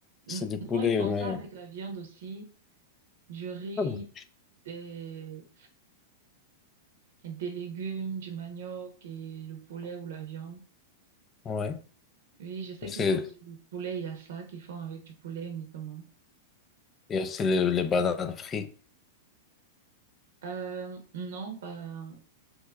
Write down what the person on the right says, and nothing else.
N-
non, ils font
ça avec la viande aussi, du riz,
des, des légumes, du manioc et le poulet ou la viande.
Oui, je sais
qu'ils ont aussi le poulet yassa qu'ils font avec du poulet uniquement.
Euh, non, pas...